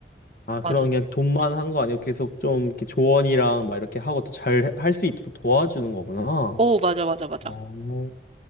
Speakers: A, on the left; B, on the right.
A: 아, 그럼
B: 맞아.
A: 그냥 돈만 한 거 아니고 계속 좀 이렇게 조언이랑 막 이렇게 하고 또 잘 할 수 있도록 도와주는 거구나.
B: 어, 맞아, 맞아, 맞아.
A: 어.